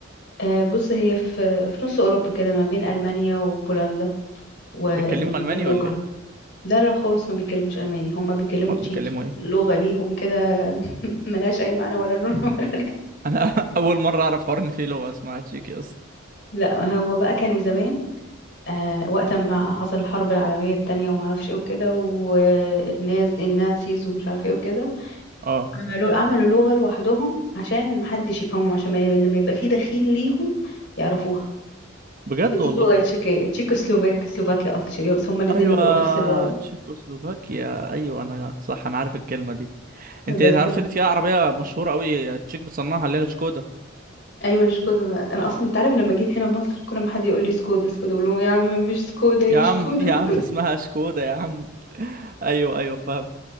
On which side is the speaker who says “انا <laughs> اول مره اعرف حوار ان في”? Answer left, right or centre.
Right